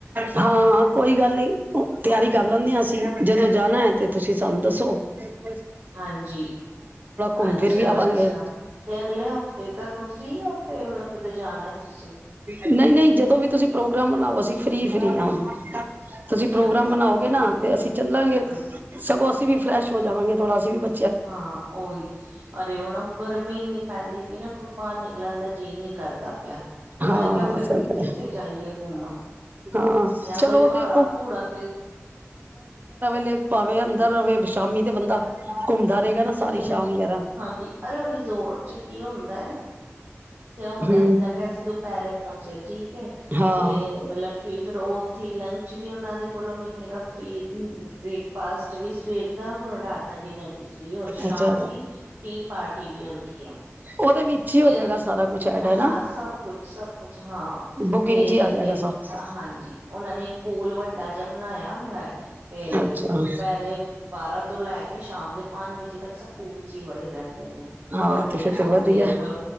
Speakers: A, on the right (about 40°); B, on the right (about 60°).
A: ਹਾਂ ਕੋਈ ਗੱਲ ਨਹੀਂ ਤਿਆਰੀ
B: ਹਾਂਜੀ
A: ਕਰ ਲੈਂਦੇ ਹ ਅਸੀਂ ਜਦੋਂ ਜਾਣਾ ਹੈ ਤੇ ਤੁਸੀਂ ਸਾਨੂੰ ਦੱਸੋ ਹ
B: ਹਾਂਜੀ
A: ਘੁੰਮ
B: ਅੱਛਾ
A: ਫਿਰ ਵੀ ਆਵਾਂਗੇ
B: ਅੱਛਾ ਤੇ ਅਗਲੇ ਹਫ਼ਤੇ ਤੱਕ ਫ੍ਰੀ ਔ ਮਤਲਬ ਕਿਤੇ ਜਾਣਾ ਹੈ ਤੁਸੀਂ
A: ਨਹੀਂ ਨਹੀਂ ਜਦੋਂ ਵੀ ਤੁਸੀਂ ਪ੍ਰੋਗਰਾਮ ਬਣਾਵ ਸੀ ਫਰੀ ਫਰੀ ਆ ਤੁਸੀਂ
B: ਅੱਛਾ
A: ਪ੍ਰੋਗਰਾਮ
B: ਫਿਰ
A: ਬਣਾਓਗੇ
B: ਠੀਕ
A: ਨਾ ਤੇ
B: ਹੈ
A: ਅਸੀਂ ਚੱਲਾਂਗੇ
B: ਹਮ
A: ਸਗੋਂ ਵੀ ਫਰੈਸ਼ ਹੋ ਜਾਵਗੇ ਥੋੜਾ ਅਸੀਂ ਬ
B: ਹਾਂ ਉਹੀ ਅਰੇ ਉਹ ਨਾ ਗਰਮੀ ਇਨੀ ਪੈਂਦੀ ਪਈ ਨਾ ਕੁਈ ਬਾਹਰ ਨਿਕਲਣ ਦਾ ਜੀ ਨੀ ਕਰਦਾ ਪਿਆ
A: ਹਾਂ
B: ਮੈਂ ਕਿਹਾ ਫਿਰ
A: ਸਹੀ ਗੱਲ
B: ਕਿੱਥੇ
A: ਹੈ।
B: ਜਾਈਏ ਘੁੰਮਣ
A: ਹਾਂ
B: ਜਾਂ
A: ਚਲੋ
B: ਕੋਈ ਭਾੜਾ
A: ਤੇ
B: ਭੂੜਾ ਤੇ
A: ਲੇਖ ਪਾਵੇ ਅੰਦਰ ਰਵੇ ਸ਼ਾਮੀ ਤੇ ਬੰਦਾ ਘੁੰਮਦਾ ਰਹੇਗਾ
B: ਨਹੀਂ
A: ਨਾ ਸਾਰੀ ਸ਼ਾਮ ਵਗੈਰਾ
B: ਹਾਂਜੀ ਅਰੇ ਉਹ ਰਿਜ਼ੋਰਟ ਚ ਕੀ ਹੁੰਦਾ ਏ ਕਿ ਹੁਨੇ
A: ਹਮ
B: ਦਿੱਤਾ ਕਿ ਅਸੀਂ ਦੁਪਹਿਰੇ ਪਹੁੰਚਿਆ ਜੀ ਹੈ
A: ਹਾਂ
B: ਤੇ ਮਤਲਬ ਕਿ ਫੇਰ ਉਥੇ ਹੀ ਲੰਚ ਵੀ ਉਹਨਾਂ ਦੇ ਕੋਲੋਂ ਮਿਲੇਗਾ ਫ੍ਰਰੀ ਬ੍ਰੇਕਫਾਸਟ ਵੀ ਸਵੇਰ ਦਾ ਹੋਰ ਰਾਤ ਦਾ ਡਿਨਰ ਵੀ ਫ੍ਰੀ ਹੋਰ ਸ਼ਾਮ
A: ਅੱਛਾ
B: ਦੀ ਟੀ ਪਾਰਟੀ ਵੀ ਹੁੰਦੀ ਏ
A: ਉਹਦੇ ਵਿੱਚ ਹੀ
B: ਤੇ
A: ਹੋ ਜਾਏਗਾ ਸਾਰਾ ਕੁਛ ਐਡ ਹੈ
B: ਹਾਂ
A: ਨਾ
B: ਸਭ ਕੁਛ ਸਭ ਕੁਛ ਹਾਂ
A: ਬੁਕਿੰਗ
B: ਤੇ
A: ਚ ਹੀ ਆ ਜਾਏਗਾ
B: ਫਿਰ
A: ਸਭ
B: ਹਾਂਜੀ ਉਹਨਾਂ ਨੇ ਇੱਕ ਪੂਲ ਵੱਡਾ ਜਿਹਾ ਬਣਾਇਆ ਹੁੰਦਾਏ ਤੇ
A: ਅੱਛਾ
B: ਦੁਪਹਿਰੇ ਬਾਰਾਂ ਤੋਂ ਲੈ ਕੇ ਸ਼ਾਮ ਦੇ ਪੰਜ ਵਜੇ ਤੱਕ ਸਬ ਪੂਲ ਚ ਹੀ ਵੜੇ ਰਹਿੰਦੇ ਨੇ
A: ਹਾਂ
B: ਵੱਡੇ
A: ਤੇ ਫਿਰ
B: ਛੋਟੇ
A: ਤੇ ਵਧੀਆ
B: ਮਤਲਬ